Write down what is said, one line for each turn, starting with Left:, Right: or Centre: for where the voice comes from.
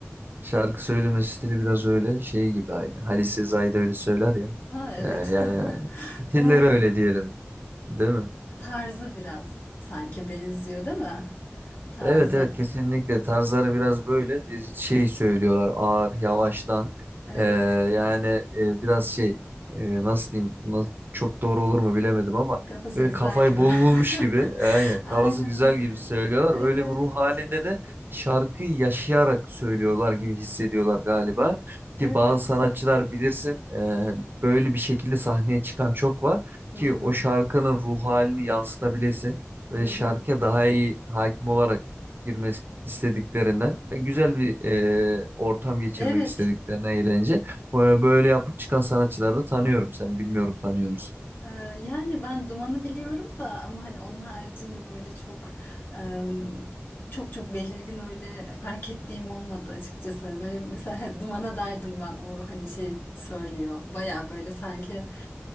Right: Şarkı söyleme stili biraz öyle şey gibi aynı. Halise Zayda öyle söyler ya.
Left: Ha evet.
Right: Ee, yani
Left: <laughs>
Right: stilleri
Left: Doğru.
Right: öyle diyelim. Değil mi?
Left: Tarzı biraz sanki benziyor değil mi? Tarzı.
Right: Evet evet kesinlikle tarzları biraz böyle bir şey söylüyorlar ağır yavaştan
Left: Evet.
Right: Ee, yani e, biraz şey e, nasıl diyeyim na- çok doğru olur mu bilemedim ama
Left: Kafası
Right: böyle
Left: güzel
Right: kafayı
Left: gibi.
Right: bul bulmuş gibi
Left: <laughs>
Right: aynen
Left: Aynen
Right: kafası güzel gibi
Left: öyle.
Right: söylüyorlar
Left: Evet.
Right: öyle bir ruh halinde de şarkıyı yaşayarak söylüyorlar gibi hissediyorlar galiba
Left: Evet.
Right: ki bazı sanatçılar bilirsin e, böyle bir şekilde sahneye çıkan çok var
Left: Hı
Right: ki
Left: hı.
Right: o şarkının ruh halini yansıtabilesin ve
Left: Hı hı.
Right: şarkıya daha iyi hakim olarak girmek istediklerinden ve güzel bir e, ortam geçirmek
Left: Evet.
Right: istediklerinden eğlence. Böyle böyle yapıp çıkan sanatçıları da tanıyorum. Sen bilmiyorum tanıyor musun?
Left: Ee, Yani ben Duman'ı biliyorum da ama hani onun haricinde böyle çok em, çok çok belirgin öyle fark ettiğim olmadı açıkçası. Hani Böyle mesela <laughs> Duman'a derdim ben o hani şey söylüyor baya böyle sanki